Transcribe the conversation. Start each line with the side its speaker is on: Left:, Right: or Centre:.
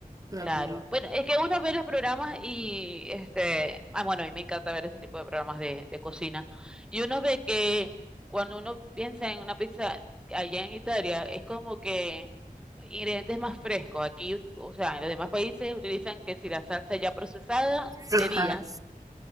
Right: O
Centre: claro.
Right: sea, como,
Centre: Bueno, es que uno ve los programas y este, ah, bueno, a mí me encanta ver ese tipo de programas de, de cocina. Y uno ve que cuando uno piensa en una pizza allá en Italia, es como que ingredientes más frescos. Aquí, o sea, en los demás países utilizan que si la salsa ya procesada
Right: ajá.
Centre: de días,